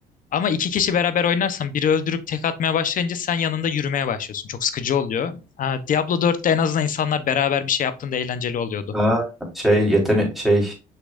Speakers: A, on the left; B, in the centre.
A: Ama iki kişi beraber oynarsan biri öldürüp tek atmaya başlayınca sen yanında yürümeye başlıyorsun. Çok sıkıcı oluyor. Aa, Diablo 4'te en azından insanlar beraber bir şey yaptığında eğlenceli oluyordu.
B: Ha. Şey yetenek şey